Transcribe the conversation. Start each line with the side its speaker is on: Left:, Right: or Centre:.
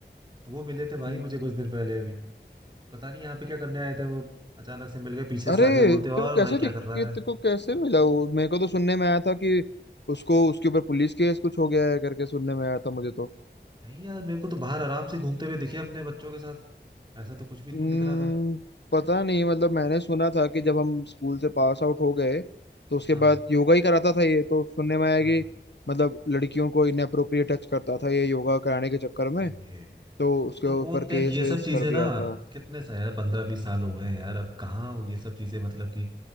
Right: तो वो मिले थे भाई
Left: हम्म।
Right: मुझे कुछ दिन पहले अभी पता नहीं यहाँ पे क्या करने आए थे वो अचानक से मिल गए पीछे
Left: अरे
Right: से आके बोलते
Left: तेरे
Right: और
Left: को कैसे
Right: भाई क्या
Left: दिख
Right: कर
Left: के
Right: रहा
Left: तेरे
Right: है
Left: को कैसे
Right: हाँ
Left: मिला वो मेरे को तो सुनने में आया था कि उसको उसके ऊपर पुलिस केस कुछ हो गया है करके सुनने में आया था मुझे तो
Right: नहीं यार मेरे को तो बाहर आराम से घूमते हुए दिखे अपने बच्चों के साथ ऐसा तो कुछ भी नहीं
Left: हम्म,
Right: दिख रहा था
Left: पता नहीं मतलब मैंने सुना था कि जब हम स्कूल से पास आउट हो गए तो उसके
Right: हाँ
Left: बाद योगा ही कराता था ये तो सुनने में आया
Right: हाँ
Left: कि मतलब लड़कियों को इनएप्रोप्रिएट टच करता था ये योगा कराने के चक्कर
Right: अरे,
Left: में तो उसके
Right: तो वो
Left: ऊपर
Right: देख
Left: केस
Right: ये
Left: वेस
Right: सब चीजें
Left: कर दिया
Right: ना
Left: था
Right: कितने साल पंद्रह बीस साल हो गए हैं यार अब कहाँ हो ये सब चीजें मतलब कि